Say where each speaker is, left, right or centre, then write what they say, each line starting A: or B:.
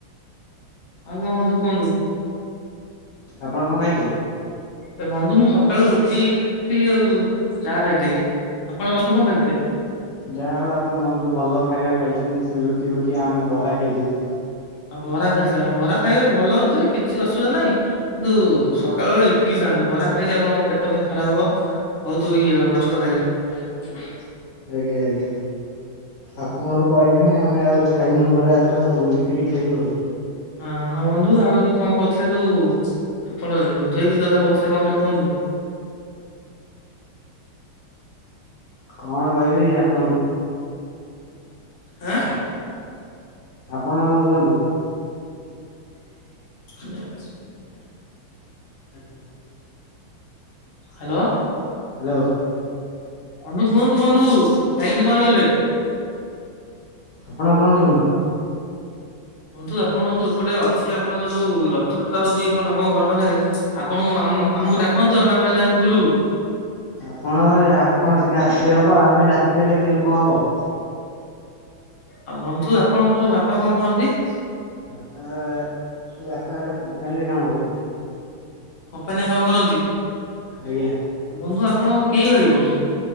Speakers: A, on the left; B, on the left.
A: ଆଉ କଣଁ ବନ୍ଧୁ କୁହନ୍ତୁ?
B: ଆପଣ କଣଁ ଖାଇଥିଲେ?
A: ଏ ବନ୍ଧୁ ମୁଁ ସକାଳୁ ରୁଟି ଆଉ ଚା ଖାଇଥିଲି। ଆପଣ ବନ୍ଧୁ କଣ ଖାଇଥିଲେ?
B: ଯା ହଉ ଆପଣ ବନ୍ଧୁ ଭଲ ଖାଇବା ଖାଇଚନ୍ତି, ରୁଟି ଫୁଟି ଆମେ ବରା ଖାଇଥିଲୁ।
A: ଆଉ ବରା ଖାଇଥିଲେ ଆପଣ ବରା ଖାଇବା ଭଲ ଯେ କିଛି ଅସୁବିଧା ନାଇଁ କିନ୍ତୁ ସକାଳ ଓଳି ଇ ଲି ଖାଆନ୍ତୁ ବରା ଖାଇଲେ ଆପଣଙ୍କ ପେଟ କାଇଁ ଖରାପ ହବ? ବହୁତ ଇଏ କଷ୍ଟ ପାଇବେ, ହୁଁ।
B: ଆଜ୍ଞା ଆଜ୍ଞା ଆପଣ ମତେ କହିଲେଣି ଆମେ ଆଉ ଖାଇବୁନୁ ବରା ଏଥର ଇଟିଲ ଖାଇବୁ ଆଉ।
A: ହଁ ହଁ ବନ୍ଧୁ ଆଉ ଯୋଉ କଣ କହୁଥିଲେ ଯୋଉ ଆପଣ <unintelligible> ଉଦୟଗିରି କଥା କହୁଥିଲେ କଣ ଟିକେ କୁହନ୍ତୁ?
B: କଣ କହିବି ଆପଣଙ୍କୁ?
A: ହଁ।
B: ଆପଣ କଣ କୁହନ୍ତୁ?
A: <unintelligible> ହ୍ୟାଲୋ
B: ହ୍ୟାଲୋ
A: ବନ୍ଧୁ କୁହନ୍ତୁ ବନ୍ଧୁ ସାଇଲେଣ୍ଟ କଣ ହେଇଗଲେ?
B: ଆପଣ କୁହନ୍ତୁ ବନ୍ଦୁ?
A: ବନ୍ଧୁ ଆପଣଙ୍କ ଯୋଉ ଏପଟେ ଅଛି ଆପଣଙ୍କ ଯୋଉ ରଥ ଟରା ହଉଛି ଆପ ବାପଙ୍କ ଘର ପାଖରେ ଆପଣଙ୍କୁ ମାମ ମାମ୍ ଆମ ଆମକୁ ଡାକନ୍ତୁ ଆମେ ଆମେ ଯାଇକି ବୁଲୁ।
B: ଆପଣ <unintelligible> ଆପଣ ସିନା ଆସିଲେ ହବ ଆମେ ଡାକିଦେଲେ କିରେ କଁ ହବ।
A: ଆ ବନ୍ଧୁ ଆପଣଙ୍କର ବାପା କଁ କରନ୍ତି?
B: ବାପା ବାପା ଗୋଟେ କମ୍ପାନୀରେ କାମ କରନ୍ତି।
A: କମ୍ପାନୀ ରେ କାମ କରନ୍ତି
B: ଆଜ୍ଞା
A: ବନ୍ଧୁ ଆପଣ କେହି ଭାଇ ଭଉଣୀ?